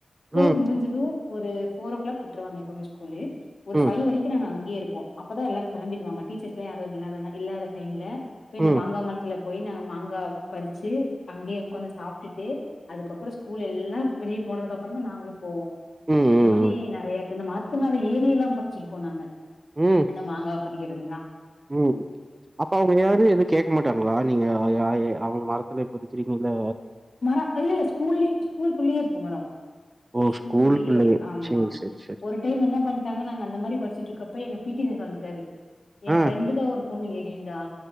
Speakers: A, on the left (about 65°); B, on the right (about 30°).
A: ஸ்கூல்
B: ம்
A: முடிஞ்சுதும் ஒரு போர் ஓ கிளாக் விட்டுருவங்க எப்வுமே ஸ்கூலு ஒரு
B: ம்
A: ஃபைவ் வரைக்கு அன் அங்கே இருப்போ அப்தா எல்லாரு கிம்பிருவாங்க டீச்சர்ஸ்லா யாரு இல்லாத இல்லாத டைம்ல இப்பே இந்த
B: ம்
A: மாங்காமரத்துலப் போய் நாங்க மாங்கா பறிச்சு அங்கே உட்காந்து சாப் விட்டுட்டு அதுக்கப்பற ஸ்கூல் எல்லா வெளிய போனதுக்கு அப்பற தா நாங்களும் போவோம்
B: ம்
A: அந்த
B: ம்
A: மாரி நெறைய தினமா பத்துனால ஏரி எல்லா படிச்சிருக்கோம் நாங்க
B: ம்
A: அந்த மாங்காப் படிக்கிறதுலாம்
B: ம் அப்ப அவுங்க யாரு எது கேட்க மாட்டாங்களா நீங்க யா அவுங்க மரத்துல எப்போதிக் வச்சீருங்களோ
A: மரம் இல்ல இஸ் ஸ்கூல்ளேயே இருக்கும் மரம்
B: ஓ
A: ஸ்கூள்ளயே
B: ஸ்கூலுக்குள்ளயே
A: ஆமா
B: சேரி சேரி சேரி
A: ஒரு டைம் என்ன பண்ணிட்டாங்க நாங்க அந்த மாரி படிச்சிடுருப்ப இப்ப எங்க பிட்டி சாரு வந்துட்டாரு எ
B: ஆ
A: ஃப்ரெண்டுத ஒரு பொண்ணு ஏறிண்டா